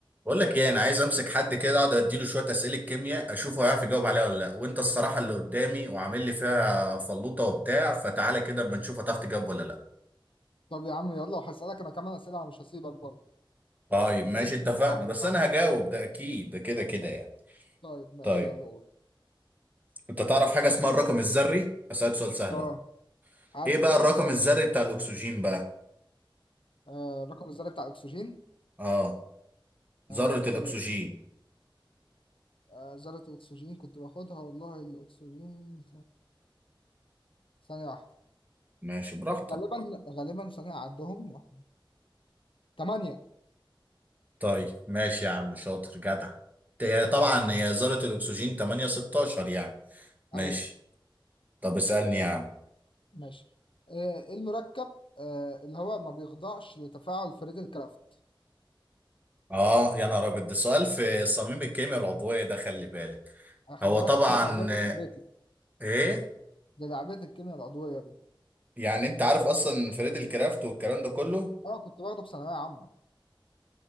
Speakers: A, on the right; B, on the left.
A: بقول لك ايه انا عايز امسك حد كده اقعد اديله شويه اسئله كيمياء اشوف هو هيعرف يجاوب عليها ولا لا وانت الصراحه اللي قدامي وعامل لي فيها فلوطه وبتاع فتعالى كده اما نشوف هتعرف تجاوب ولا لا
B: طب يا عم يلا وهسألك انا كمان اسئله مش هسيبك برضه
A: طيب ماشي
B: اسئله كتير
A: اتفقنا
B: يا عم
A: بس
B: شكله
A: انا هجاوب
B: كده موجود
A: ده اكيد ده كده كده يعني
B: طيب ماشي
A: طيب
B: يلا قول
A: انت تعرف حاجه اسمها الرقم الذري اسالك سؤال سهل
B: اه
A: اهو
B: عارف
A: ايه بقى
B: الرقم
A: الرقم
B: الذري
A: الذري بتاع الاكسجين بقى
B: آه الرقم الذري بتاع الاكسجين
A: اه
B: آه
A: ذره
B: هقول
A: الاكسجين
B: لك آه ذره الاكسجين كنت باخدها والله الاكسجين ثانيه واحده
A: ماشي براحتك
B: غالبا غالبا ثانيه عدهم ثمانيه
A: طيب ماشي يا عم شاطر جدع هي
B: ماشي
A: طبعا هي ذره الاكسجين 8 16 يعني ماشي
B: ايوه
A: طب اسالني يا عم
B: ماشي آه إيه المركب آه اللي هو ما بيخضعش لتفاعل فريد الكرافت
A: اه يا نهار ابيض ده سؤال في صميم الكيمياء العضويه ده خلي بالك
B: انا خلي
A: هو
B: بالك
A: طبعا
B: الكيمياء العضويه
A: آه،
B: دي لعبتي
A: ايه
B: دي لعبتي الكيمياء العضويه دي
A: يعني انت عارف اصلا فريد الكرافت والكلام ده كله
B: اه كنت باخده في ثانوية عامة